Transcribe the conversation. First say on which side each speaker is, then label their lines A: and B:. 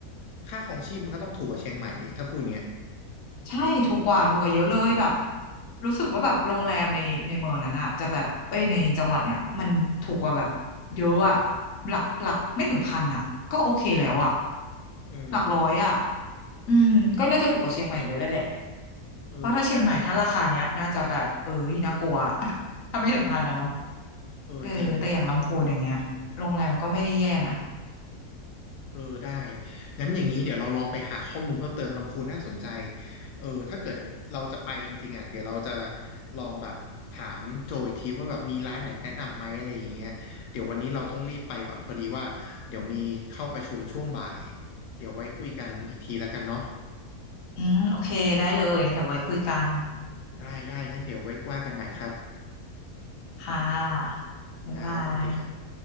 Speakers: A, on the left (about 85°); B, on the left (about 60°).
A: ค่าของชีพมันก็ต้องถูกกว่าเชียงใหม่ดิถ้าพูดเงี้ย
B: ใช่ถูกกว่าถูกกว่าเยอะเลยแบบรู้สึกว่าแบบโรงแรมในในเมืองนั้นอะจะแบบเอ้ยในจังหวัดเนี่ยมันถูกกว่าแบบเยอะอะหลักหลักไม่ถึงพันอะก็โอเคแล้วอะ
A: เออ
B: หลักร้อยอะอืมก็น่าจะถูกกว่าเชียงใหม่เยอะเลยแหละ
A: เออ
B: เพราะถ้าเชียงใหม่ถ้าราคาเนี้ยน่าจะแบบเอ้ยน่ากลัว <laughs> ถ้าไม่ถึงพันอะเนาะ
A: เออจริง
B: เออแต่อย่างลำพูนอย่างเงี้ยโรงแรมก็ไม่ได้แย่นะ
A: เออได้งั้นอย่างนี้เดี๋ยวเราลองไปหาข้อมูลเพิ่มเติมลำพูนน่าสนใจเออถ้าเกิดเราจะไปจริงๆอ่ะเดี๋ยวเราจะลองแบบถามโจอีกทีว่าแบบมีร้านไหนแนะนำไหมอะไรอย่างเงี้ยเดี๋ยววันนี้เราต้องรีบไปก่อนพอดีว่าเดี๋ยวมีเข้าประชุมช่วงบ่ายเดี๋ยวไว้คุยกันอีกทีแล้วกันเนาะ
B: อืมโอเคได้เลยงั้นเดี๋ยวไว้คุยกัน
A: ได้ได้งั้นเดี๋ยวไว้ว่ากันใหม่ครับ
B: ค่ะบ๊ายบาย
A: ครับสวัสดีครับ